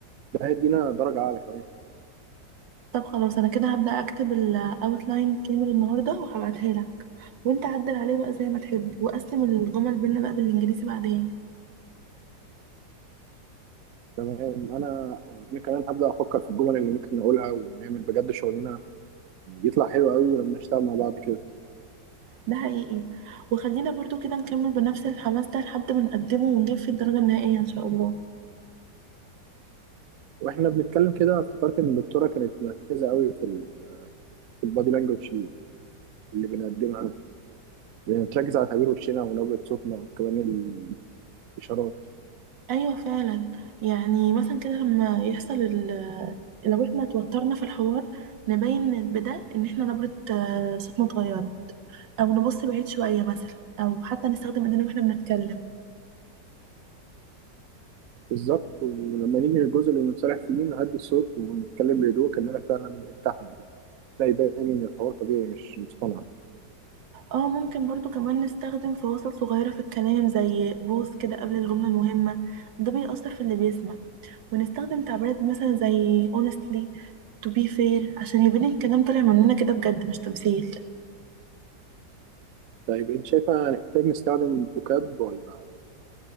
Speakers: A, on the right (about 60°); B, on the right (about 80°).
A: ده هيدينا درجة أعلى كمان
B: طب خلاص انا كده هبدأ اكتب الاوتلاين كامل النهارده وهبعتها لك وانت عدل عليه بقى زي ما تحب وقسم الجمل بينا بقى بالانجليزي بعدين
A: تمام أنا أنا كمان هبدأ أفكر في الجمل اللي ممكن نقولها ونعمل بجد شغلنا يطلع حلو قوي ولما نشتغل مع بعض كده
B: ده حقيقي وخلينا برضو كده نكمل بنفس الحماس ده لحد ما نقدمه ونجيب في الدرجة النهائية إن شاء الله
A: وإحنا بنتكلم كده افتكرت إن الدكتورة كانت مركزة قوي في ال... في البادي لانجوج اللي بنقدمها بنركز على تعبير وشنا ونبرة صوتنا وكمان ال... إشارات
B: أيوة فعلا يعني مثلا كده لما يحصل ال لو احنا اتوترنا في الحوار نبين بده إن احنا نبرة آه، صوتنا اتغيرت أو نبص بعيد شوية مثلا أو حتى نستخدم إيدينا واحنا بنتكلم
A: بالظبط ولما نيجي للجزء اللي بنصالح فيه نهدي الصوت ونتكلم بهدوء كأننا فعلا ارتحنا ده يبين إن الحوار طبيعي مش مصطنع
B: اه ممكن برضو كمان نستخدم فواصل صغيرة في الكلام زي بوز كده قبل الجملة المهمة ده بيأثر في اللي بيسمع ونستخدم تعبيرات مثلا زي honestly to be fair عشان يبان الكلام طالع مننا كده بجد مش تمثيل
A: طيب أنت شايفة هنحتاج نستخدم فوكاب ولا